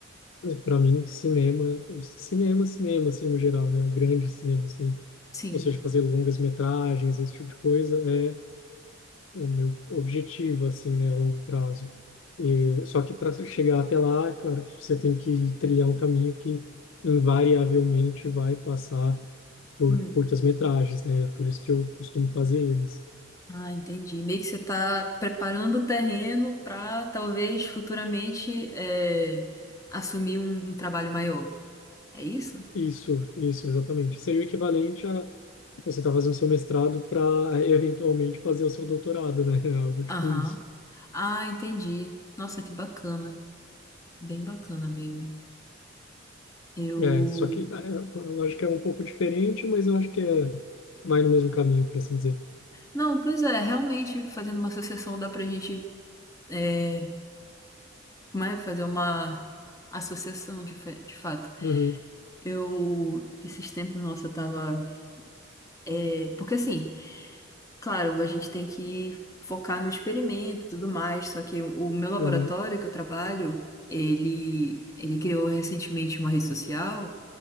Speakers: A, on the left; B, on the left.
A: Para mim, cinema, cinema, cinema, assim, no geral, né? O grande cinema, assim,
B: Sim.
A: ou seja, fazer longas metragens, esse tipo de coisa, é o meu objetivo, assim, né, a longo prazo. E, só que para chegar até lá, é claro que você tem que trilhar um caminho que invariavelmente vai passar por
B: Hum.
A: curtas metragens, né? É Por isso que eu costumo fazer eles.
B: Ah, entendi. Meio que você está preparando o terreno para talvez futuramente é, assumir um, um trabalho maior. É isso?
A: Isso, isso, exatamente. Seria o equivalente a você estar fazendo seu mestrado para eventualmente fazer o seu doutorado, né? <laughs> Algo tipo
B: Aham.
A: isso.
B: Ah, entendi. Nossa, que bacana. Bem bacana mesmo. Eu
A: É, só que ah, é, a lógica é um pouco diferente, mas eu acho que é, vai no mesmo caminho, por assim dizer.
B: Não, pois é, realmente fazendo uma associação dá pra gente é, como é, fazer uma associação de, fe- de fato.
A: Uhum,
B: Eu, esses tempos, nossa, eu tava. é, porque assim, claro, a gente tem que focar no experimento e tudo mais, só que o meu laboratório
A: uhum,
B: que eu trabalho, ele, ele criou recentemente uma rede social.